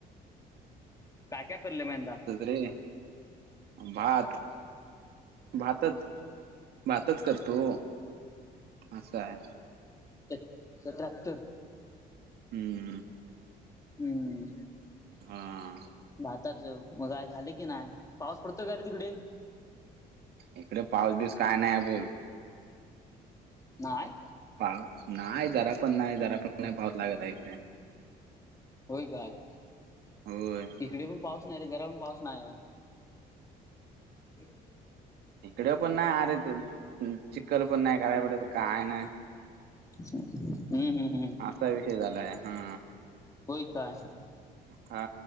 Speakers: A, on the left; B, on the right.
A: कायक्या पल्ले म एदा
B: रे. भात भातच. भातच करतो असं आहे.
A: एक स त्र्याहत्तर
B: हम्म.
A: हम्म
B: हा
A: भातात. मग काय झाले की नाही पाऊस पडतोय का रे तिकडे
B: इकडे पाऊस दिवस काय नाही बोल.
A: नाही
B: पाऊस नाही जरा पण नाही जरा पण नाही पाऊस लागत आहे इकडे.
A: होय काय?
B: हो.
A: इकडे पण पाऊस नाही तर घरा पण पाऊस नाही. ह.
B: इकडेे पना आर चकल पनाय खराई पडत कायन
A: ह. हम् हम हम.
B: असा विषय झालाय हा.
A: होय काय?
B: हा